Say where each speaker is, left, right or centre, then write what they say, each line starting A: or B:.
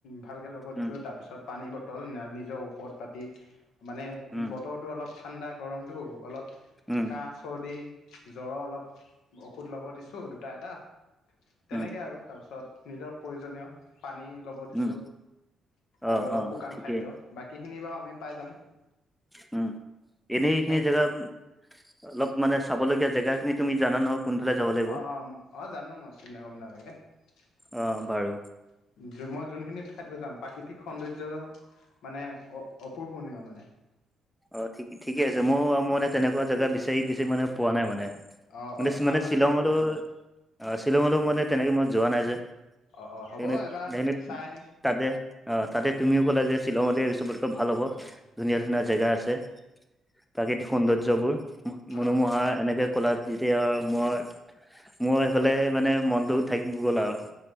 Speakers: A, on the left; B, in the centre.
A: ভালকে ল'ব
B: উম
A: দিছোঁ তাৰপিছত পানী ব বটল না নিজৰ ঔষধ পাতি, মানে
B: উম
A: বতৰটো অলপ ঠাণ্ডা গৰমটো অলপ
B: উম
A: কাঁহ, চৰ্দি, জ্বৰৰ অলপ ঔষধ ল'ব দিছোঁ দুটা এটা। তেনেকে
B: উম
A: আৰু তাৰপিছত নিজৰ প্ৰয়োজনীয় <unintelligible> পানী ল'ব দিছোঁ
B: উম অ
A: আৰু অলপ
B: অ
A: শুকান
B: ঠিকেই
A: খাদ্য, বাকীখিনি বাৰু আমি পাই যাম। <unintelligible>
B: <inaudible> উম! এনেই এইখিনি
A: নে কি
B: জেগা অলপ মানে চাবলগীয়া জেগাখিনি তুমি জানা নহ‌য় <unintelligible> কোনফালে যাব <unintelligible>
A: অঁ-অঁ <inaudible> অঁ জানো মই চিন্তা কৰিব নালাগে। <unintelligible>
B: অ বাৰু
A: মই যোনখিনি ঠাইত লৈ যাম প্ৰাকৃতিক সৌন্দৰ্যৰ <inaudible> মানে অ-অপূৰপণীয় মানে। <unintelligible>
B: অ ঠিক-ঠিকে আছে। মোৰ <unintelligible> মই মানে তেনেকুৱা জেগা বিচাৰি-বিচাৰি মানে পোৱা নাই মানে। <unintelligible>
A: অ',
B: মানে-মানে
A: অ', চাবলগীয়া
B: শ্বিলঙলৈ
A: বিষয় মানে
B: <inaudible> অ শ্বিলঙলৈ মানে তেনেকে মই যোৱা নাই যে।
A: অ-অ হ'ব
B: সেইকাৰণে
A: এবাৰ
B: সেইকাৰণে
A: চাই <unintelligible>
B: তাতে অ তাতে তুমিও কলা যে শ্বিলঙতে চবতকৈ ভাল হ'ব।
A: হয় হয়
B: ধুনীয়া-ধুনীয়া
A: হয়
B: জেগা আছে <unintelligible> আছে <inaudible> প্ৰাকৃতিক সৌন্দৰ্যবোৰ
A: হয়
B: মনোমহা।
A: হয়
B: আমাৰ এনেকে কলা যেতিয়া মোৰ-মোৰ সেইফালে
A: হয়
B: <unintelligible> মানে মনটো থাকি গ'ল আৰু। <inaudible>